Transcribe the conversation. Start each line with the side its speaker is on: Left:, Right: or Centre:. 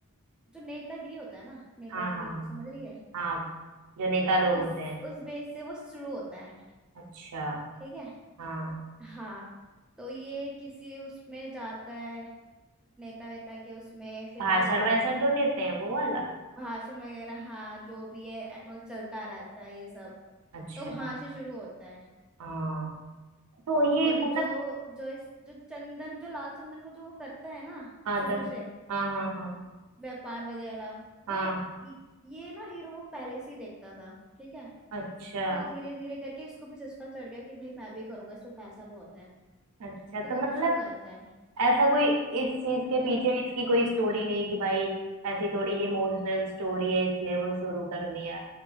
Centre: जो नेतागिरी होता है ना नेतागिरी
Right: हाँ हाँ हाँ
Centre: समझ रही है
Right: हाँ जो नेता लोग
Centre: उस
Right: होते हैं
Centre: उस बेस से वो शुरू होता है
Right: अच्छा
Centre: ठीक है
Right: हाँ
Centre: हाँ तो ये किसी उसमें जाता है नेता वेता के उसमें फिर
Right: भाषण
Centre: वो
Right: वाषण तो देते हैं वो वाला
Centre: भाषण वगैरह हाँ जो भी है एटमोस चलता रहता है ये सब
Right: अच्छा
Centre: तो वहां से शुरू होता है
Right: हाँ तो ये
Centre: और
Right: मतलब
Centre: जो जो इस जो चंदन जो लाल चंदन को जो वो करता है ना
Right: हाँ
Centre: शुरू
Right: तो
Centre: से
Right: हाँ हाँ हाँ
Centre: व्यापार वगैरह वो
Right: हाँ
Centre: इ- ये ना हीरो वो पहले से ही देखता था ठीक है
Right: अच्छा
Centre: तो वो धीरे धीरे करके इसको भी चस्का चढ़ गया कि भाई मैं भी करूंगा इसमें पैसा बहुत है
Right: अच्छा
Centre: तो
Right: तो
Centre: वो
Right: मतलब
Centre: भी शुरू करता है
Right: ऐसा कोई इस चीज के
Centre: हम्म
Right: पीछे इसकी कोई स्टोरी नहीं कि भाई ऐसी थोड़ी इमोशनल स्टोरी है इसलिए वो शुरू कर दिया